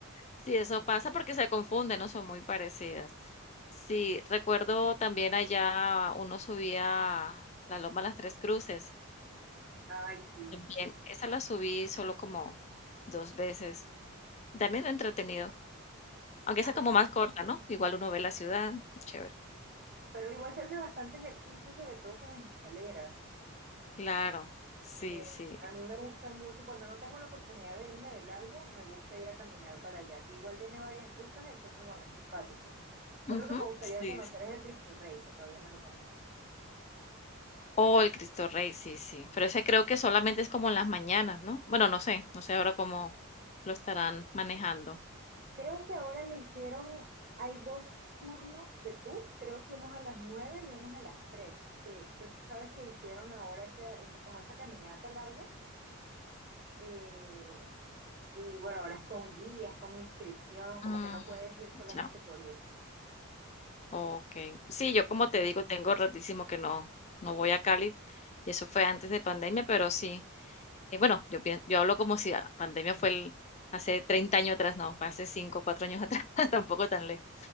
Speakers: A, on the left; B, on the right.
A: Sí, eso pasa porque se confunden, ¿no? Son muy parecidas. Sí, recuerdo también allá uno subía la Loma Las Tres Cruces.
B: Ay, sí.
A: También esa la subí solo como dos veces. También entretenido. Aunque
B: A
A: esa como
B: mí-
A: más corta, ¿no? Igual uno ve la ciudad. Chévere.
B: Pero igual se hace bastante ejercicio, sobre todo con las escaleras.
A: Claro. Sí,
B: Eh,
A: sí.
B: a mí me gusta mucho, cuando no tengo la oportunidad de irme de largo, me gusta ir a caminar para allá, que igual tiene varias rutas, entonces, bueno, es simpático. Otro
A: Ujú,
B: que me gustaría
A: Sí,
B: conocer
A: sí.
B: es el Cristo Rey, que todavía no lo conozco.
A: Oh, el Cristo Rey, sí, sí. Pero ese creo que solamente es como en las mañanas, ¿no? Bueno, no sé. No sé ahora cómo lo estarán manejando.
B: Creo que ahora le hicieron, hay dos turnos de tour, creo que unos a las 9 y unos a las 3. Eh, pues tú sabes que hicieron ahora esa, esa, como esa caminata larga. eh, y bueno, ahora es con guías, con inscripción, como
A: Mm,
B: que no puedes ir solamente
A: ya.
B: por ir.
A: Okey. Sí, yo
B: Pues,
A: como te digo, tengo ratísimo que no no voy a Cali, y eso fue antes de pandemia, pero sí, eh, bueno, yo pien yo hablo como si la pandemia fue el hace 30 años atrás, no, fue hace 5 4 años atrás, <laughs> tampoco tan lejos.